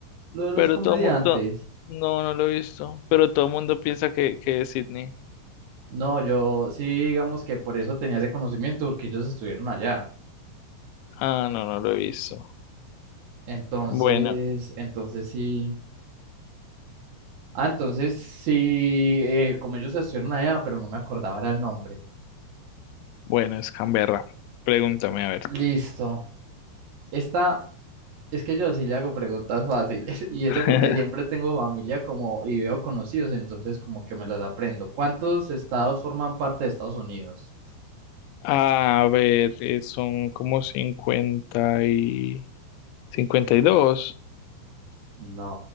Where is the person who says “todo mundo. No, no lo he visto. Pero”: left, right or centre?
Left